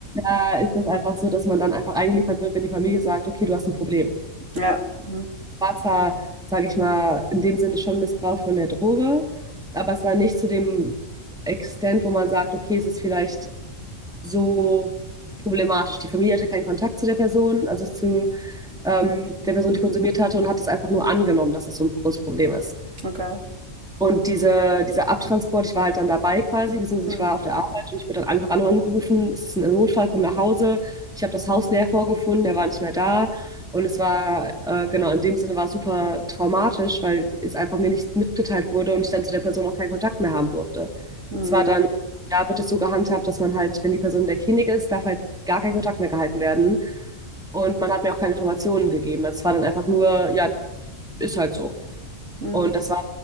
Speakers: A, in the centre; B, on the right.
A: Da ist es einfach so, dass man dann einfach eingeliefert wird, wenn die Familie sagt, okay, du hast ein Problem
B: Ja. Hm,
A: war zwar, sage ich mal, in dem Sinne schon Missbrauch von der Droge, aber es war nicht zu dem Extent, wo man sagt, okay, es ist vielleicht so problematisch. Die Familie hatte keinen Kontakt zu der Person, also zu ähm, der Person, die konsumiert hatte und hat es einfach nur angenommen, dass es so ein großes Problem ist.
B: okay.
A: Und diese, dieser Abtransport, ich war halt dann dabei quasi, beziehungsweise
B: Hm,
A: ich war auf der Arbeit und ich wurde dann einfach angerufen, es ist ein Notfall, komm nach Hause. Ich habe das Haus leer vorgefunden, der war nicht mehr da. Und es war, äh, genau, in dem Sinne war es super traumatisch, weil es einfach mir nicht mitgeteilt wurde und ich dann zu der Person auch keinen Kontakt mehr haben durfte.
B: hm,
A: Es war dann, da wird es so gehandhabt, dass man halt, wenn die Person in der Klinik ist, darf halt gar kein Kontakt mehr gehalten werden. Und man hat mir auch keine Informationen gegeben. Das war dann einfach nur, ja, ist halt so.
B: hm,
A: Und das war